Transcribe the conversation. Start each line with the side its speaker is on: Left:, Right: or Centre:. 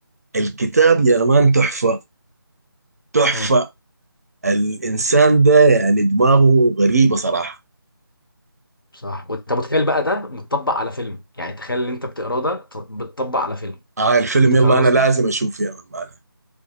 Right: الكتاب يا مان تحفة تحفة
Left: امم
Right: الانسان ده يعني دماغه غريبة صراحة
Left: صح وانت متخيل بقى ده متطبق على فيلم يعني تخيل اللي انت بتقراه ده ت- بتطبق على فيلم
Right: اه الفيلم
Left: انت
Right: يلا
Left: فاهم
Right: انا
Left: قصدي
Right: لازم اشوفه يا مان معنى.